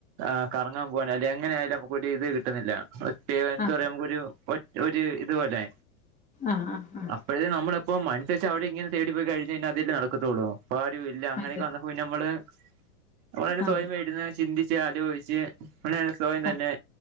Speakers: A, on the right; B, on the left.
A: ആ- കറങ്ങാൻ പോകാന് അല്ല എങ്ങന ആയാലും ഒര് ഇത് കിട്ടുന്നില്ല ഒറ്റ എന്താ
B: ആ
A: പറയാ നമുക്ക് ഒരു- ഒരു ഇതുപോലെ-
B: ആഹ് ആഹ് ആഹ്
A: അപ്പഴ് നമ്മളപ്പോ അനുസരിച്ച് അവരെ ഇങ്ങനെ തേടി പോയി കഴിഞ്ഞ്ഴിഞ്ഞാൽ അത് തന്നെ നടക്കത്തോള്ളൂ ഇപ്പൊ ആരും ഇല്ല അങ്ങനൊക്കെ
B: അതെ
A: വന്ന- അപ്പൊ പിന്നെ നമ്മള് നമ്മള് തന്നെ
B: ആ
A: സ്വയം ഇരുന്ന് ചിന്തിച്ച് ആധി പിടിച്ച് - അ <unintelligible> സ്വയം തന്നെ
B: ആ